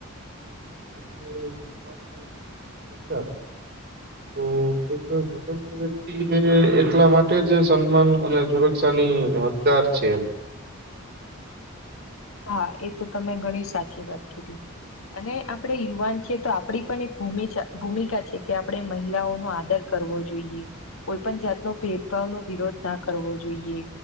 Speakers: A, on the right; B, on the left.
A: તરીકે સલમાન ની <unintelligible> છે.
B: <inaudible>
A: તો એક સ્વતંત્ર વ્યક્તિ એ એટલા માટે જ સન્માન અને સુરક્ષાની હત ચાર છે એમ
B: હા એ તો તમે ઘણી સાચી વાત કીધી અને આપણે યુવાન છીએ તો આપડી પણ એક ભૂમિચા ભૂમિકા છે કે આપણે મહિલાઓનો આદર કરવો જોઈએ. કોઈ પણ જાતનો ભેદભાવ નો વિરોધ ના કરવો જોઈએ.